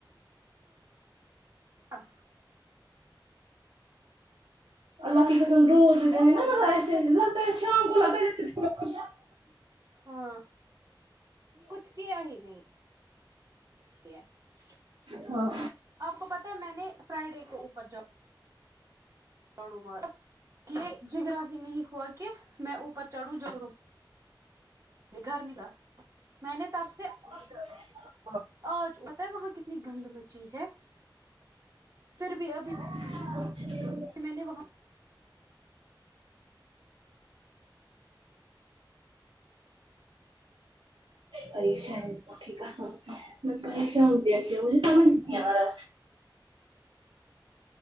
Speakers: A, on the right (about 45°); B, on the right (about 85°).
A: ہاں
B: اللہ کی قسم روز د دیے
A: اور
B: نا مطلب ایسے
A: جیسے
B: لگتا ہے شام کو <unintelligible>
A: ہاں کچھ کیا ہی نہیں <inaudible>
B: ہاں
A: آپ کو پتہ ہے میں نے فرائیڈے کو اوپر جب جھگڑو مت یہ جگرا ہی نہیں ہوا کہ میں اوپر چڑھوں جھگڑوں یہ گرمی نہ میں نے تب سے
B: <inaudible>
A: آج بتہ ہے وہاں کتنی گند مچی ہے پھر بھی ابھی
B: <inaudible>
A: میں نے وباں
B: پریشان ٹھیکا سمجھتے میں پریشان ہوں مجھے سمجھ نہیں آ رہا